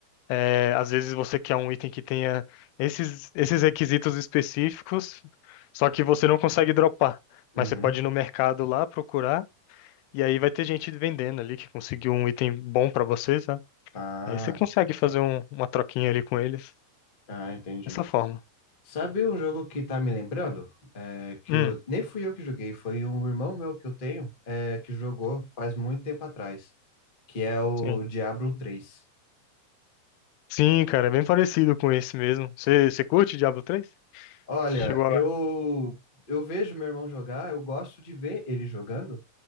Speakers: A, on the left (about 90°); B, on the left (about 50°).
A: É, às vezes você quer um item que tenha esses, esses requisitos específicos, só que você não consegue dropar.
B: Uhum.
A: Mas você pode ir no mercado lá procurar, e aí vai ter gente vendendo ali que conseguiu um item bom pra você, sabe?
B: Ah.
A: Aí você consegue fazer um- uma troquinha ali com eles.
B: Ah, entendi.
A: Dessa forma.
B: Sabe um jogo que tá me lembrando? É, que
A: Hum,
B: eu, nem fui eu que joguei, foi um irmão meu que eu tenho, é, que jogou faz muito tempo atrás, que é o
A: sim.
B: Diablo três.
A: Sim, cara, é bem parecido com esse mesmo. Você, você curte Diablo três
B: Olha,
A: Chegou a.
B: eu, eu vejo meu irmão jogar, eu gosto de ver ele jogando,